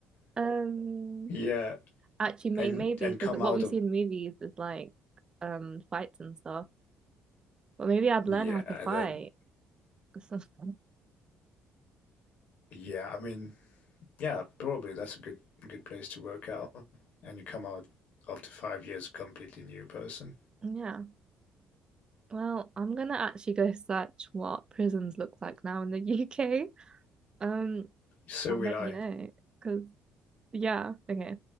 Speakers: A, on the right; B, on the left.
A: Um
B: Yeah,
A: actually may
B: and
A: maybe
B: and
A: because
B: come
A: what
B: out
A: we
B: of
A: see in movies is like um fights and stuff. But maybe I'd
B: yeah,
A: learn how to
B: and
A: fight.
B: then
A: <laughs>
B: yeah, I mean, Yeah, probably that's a good good place to work out. And you come out after five years a completely new person.
A: Yeah. Well, I'm gonna actually go search what prisons look like now in the <laughs> UK. Um,
B: So
A: I'll
B: will
A: let
B: I.
A: you know. Because, yeah, okay.